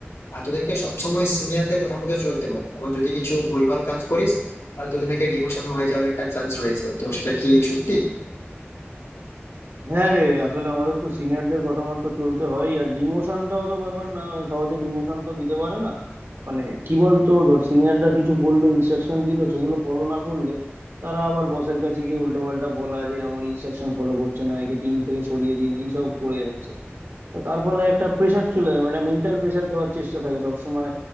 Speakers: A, on the left; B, on the right.
A: আহ, তোদেরকে সবসময় সিনিয়রদের কথা মতো চলতে হয় এবং যদি কিছু ভুলভাল কাজ করিস তাহলে তোদের নাকি ডিমোশন হয়ে যাওয়ার একটা চান্স রয়েছে তো সেটা কি সত্যি
B: হ্যাঁ রে আসলে আমাদের তো সিনিয়রদের কথা মতো চলতে হয় আর ডিমোশনটা অত ব্যাপার না সহজে ডিমোশন তো দিতে পারে না মানে কি বলতো ধর সিনিয়ররা কিছু বললো ইনস্ট্রাকশন দিল সেগুলো ফলো না করলে তারা আবার বসের কাছে গিয়ে উল্টো পাল্টা বলা যে আমার ইনস্ট্রাকশন ফলো করছে না একে টিম থেকে সরিয়ে দিন এইসব করে যাচ্ছে তো তার ফলে একটা প্রেশার চলে আসে, মানে মেন্টাল প্রেশার দেওয়ার চেষ্টা থাকে সবসময়